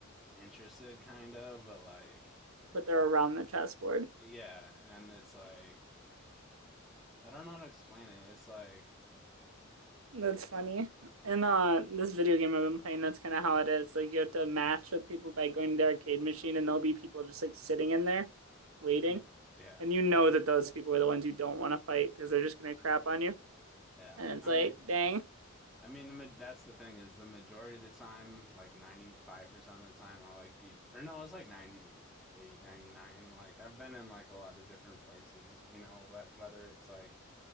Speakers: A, in the centre; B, on the right.
A: interested, kind of, but like,
B: but they're around the chessboard.
A: yeah. And it's like, I don't know how to explain it. It's like,
B: That's funny. In uh this video game I've been playing, that's kind of how it is. Like you have to match with people by going to the arcade machine, and there'll be people just like sitting in there waiting,
A: <laughs> yeah,
B: and you know that those people are the ones you don't want to fight because they're just gonna crap on you.
A: yeah.
B: And it's
A: I
B: like,
A: mean,
B: dang,
A: I mean, the, ma- that's the thing is the majority of the time, like 95% of the time, I'll like be, or no, it's like ninety eight, ninety nine. Like, I've been in like a lot of different places, you know, wh- whether it's like